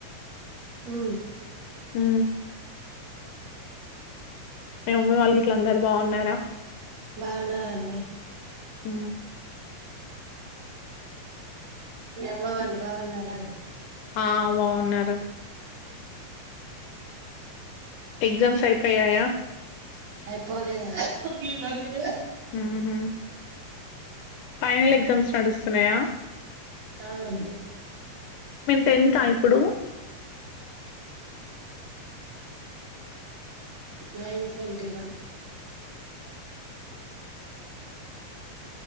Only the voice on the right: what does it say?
హు
బాగున్నారండి
మీ అమ్మ వాళ్ళు బాగున్నారా
అయిపోలేదు
అవునండి
నైన్ ట్వంటీ వన్